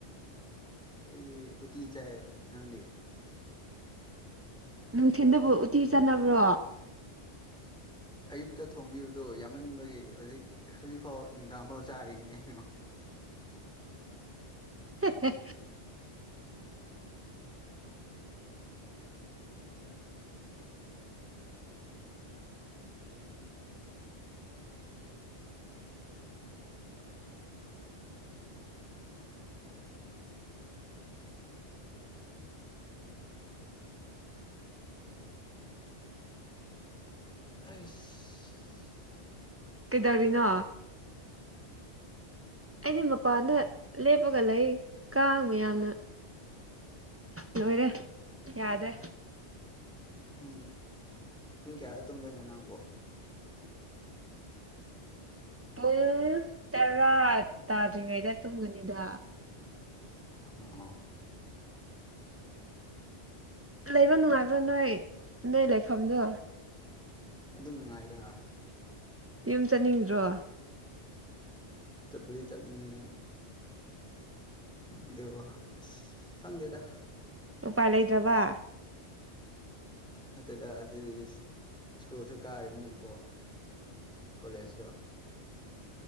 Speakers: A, in the centre; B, on the right (about 20°).
A: ꯑꯩ ꯎꯇꯤ ꯆꯥꯏ ꯅꯪꯗꯤ
B: ꯅꯨꯡꯊꯤꯟꯗꯕꯨ ꯎꯇꯤ ꯆꯥꯟꯅꯕ꯭ꯔꯣ
A: ꯑꯌꯨꯛꯇ ꯊꯣꯡꯕꯤꯕꯗꯨ ꯌꯥꯝꯃꯟꯕꯒꯤ ꯍꯧꯖꯤꯛ ꯍꯧꯖꯤꯛꯐꯥꯎ ꯅꯨꯡꯗꯥꯡꯐꯥꯎ ꯆꯥꯔꯤꯅꯤ ꯀꯩꯅꯣ
B: ꯍ <inaudible>
A: ꯑꯦꯁ <inaudible>
B: ꯀꯩꯗꯧꯔꯤꯅꯣ ꯑꯩꯗꯤ ꯃꯄꯥꯟꯗ ꯂꯦꯞꯄꯒ ꯂꯩ ꯀꯥꯡ ꯃꯌꯥꯝꯅ ꯂꯣꯏꯔꯦ ꯌꯥꯗ꯭ꯔꯦ
A: ꯎꯝ ꯄꯨꯡ ꯀꯌꯥ ꯇꯨꯝꯗꯣꯏꯅꯣ ꯅꯪꯕꯣ
B: ꯄꯨꯡ ꯇꯔꯥ ꯇꯥꯗ꯭ꯔꯤꯉꯩꯗ ꯇꯨꯡꯒꯅꯤꯗ
A: ꯑ ꯑꯣ
B: ꯂꯩꯕ ꯅꯨꯡꯉꯥꯏꯕ꯭ꯔꯥ ꯅꯣꯏ ꯅꯣꯏ ꯂꯩꯐꯝꯗꯣ
A: ꯑꯗꯨꯝ ꯅꯨꯡꯉꯥꯏꯗ
B: ꯌꯨꯝ ꯆꯠꯅꯤꯡꯗ꯭ꯔꯣ
A: ꯆꯠꯄꯨꯗꯤ ꯆꯠꯅꯤꯡꯉꯦ ꯑꯗꯨꯕꯨ ꯑꯁ ꯈꯪꯗꯦꯗ
B: ꯎꯄꯥꯥꯏ ꯂꯩꯇ꯭ꯔꯕ
A: ꯅꯠꯇꯦꯗ ꯁꯤ ꯁ꯭ꯀꯨꯜꯁꯨ ꯀꯥꯔꯤꯕꯅꯤꯅꯀꯣ ꯀꯣꯂꯦꯁ ꯁꯨ